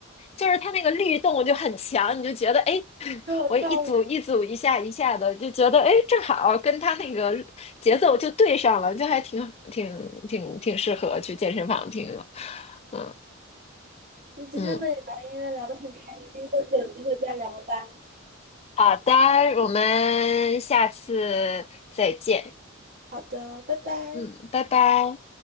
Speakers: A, on the left; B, on the right.
A: 就是它那个律动就很强，你就觉得哎，诶
B: 适合跳舞。
A: <laughs> 我一组一组一下一下的，就觉得哎，诶正好跟它那个节奏就对上了，就还挺挺挺挺适合去健身房听了。嗯
B: 那今天和你聊音乐聊得很开心，
A: 嗯，
B: 下次有机会再聊吧。
A: 好的，我们下次再见。
B: 好的，拜拜。
A: 嗯，拜拜。